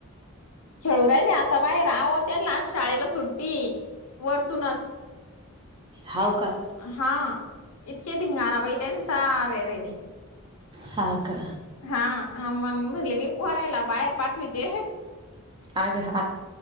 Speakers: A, on the left; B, on the right.
A: खेळू राहिले आता बाहेर आव त्यानला शाळेला सूट टी वरतूनच
B: हाव का
A: हा इतके धिंगारा बाई त्यांचा अ रे रे रे
B: हा का
A: हा अ म्हण म्हणले मी पोहरायला बाहेर पाठविते
B: अग हा